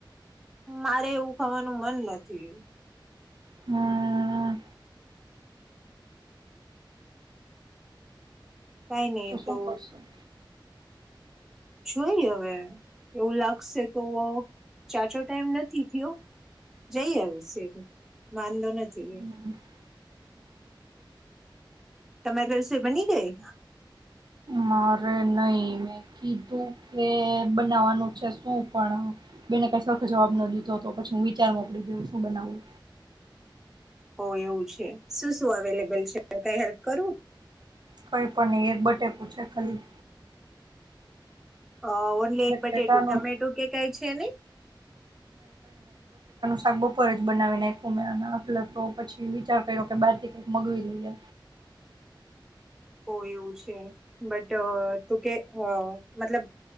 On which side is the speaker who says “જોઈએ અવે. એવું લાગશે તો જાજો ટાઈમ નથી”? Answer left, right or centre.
Centre